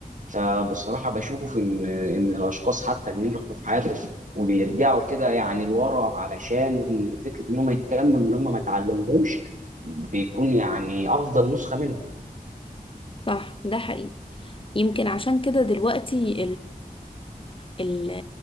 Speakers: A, on the right (about 60°); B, on the left (about 35°).
A: فبصراحه بشوف ان ان الاشخاص حتى اللي نجحوا في حياتهم وبيرجعوا كده يعني لورا علشان فكره ان هم يكملوا ان هم ما اتعلموهوش بيكون يعني افضل نسخه منهم
B: صح ده حقيقي يمكن عشان كده دلوقتي ال-